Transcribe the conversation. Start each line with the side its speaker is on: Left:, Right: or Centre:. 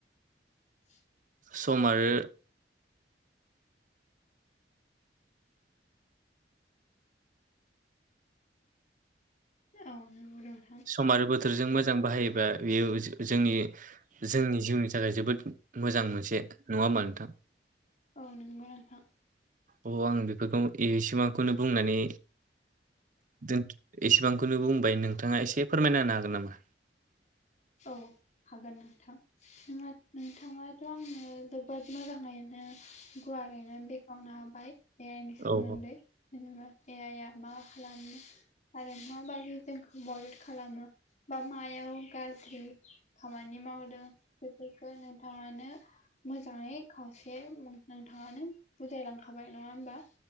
Left: <inaudible>
Right: सम आरो
Left: औ नोंगौ नो
Right: सम आरो बोथोरजों मोजां बाहायोबा बेयो जोंनि जोंनि जिउनि थाखाय जोबोद मोजां मोनसे नङा होमबा नोंथां?
Left: औ नोंगौ नोंथां।
Right: अ' आं बेफोरखौ एसेबांखौनो बुंनानै दो एसेबांखौनो बुंबाय नोंथाङा एसे फोरमायना होनो हागोन नामा?
Left: औ हागोन नोंथां। नोंआ नोंथाङाथ' आंनो जोबोद मोजाङैनो गुवारैनो बे खेवनो होबाय ए आइ नि सोमोन्दै
Right: औ
Left: जेनेबा ए आइ आ मा खालामनो। आरो माबायदि जोंखौ मदद खालामो बा मायाव गाज गज्रि खामानि मावदो बेफोरखौ नोंथाङानो मोजाङै खावसे नोंथाङानो बुजाय लांखाबाय नङा होमबा?